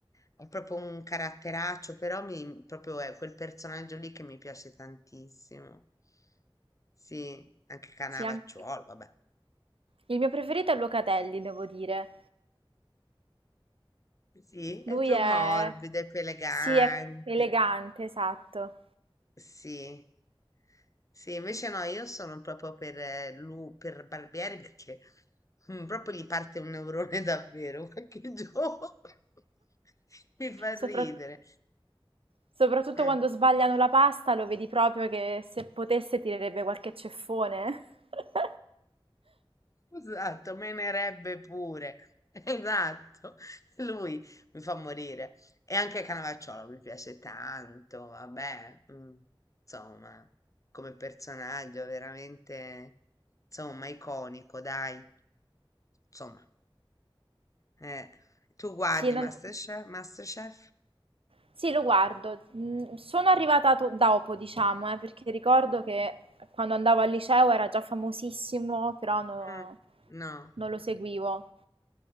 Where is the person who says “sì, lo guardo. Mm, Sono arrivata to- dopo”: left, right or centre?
Right